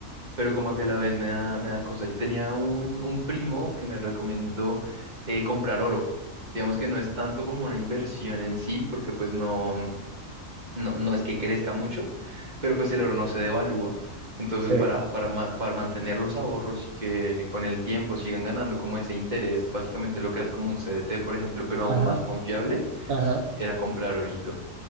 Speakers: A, on the right (about 30°); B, on the right (about 80°).
A: pero como que a la vez me da, me da cosa. Yo tenía un, un primo que me recomendó eh, comprar oro. Digamos que no es tanto como una inversión en sí, porque pues no. no, no es que crezca mucho, pero pues el oro no se devalúa. Entonces,
B: sí.
A: para, para, ma- para mantener los ahorros y que con el tiempo sigan ganando como ese interés, básicamente lo que hace como un CDT, por ejemplo, pero aún
B: Ajá,
A: más confiable,
B: ajá,
A: era comprar orito.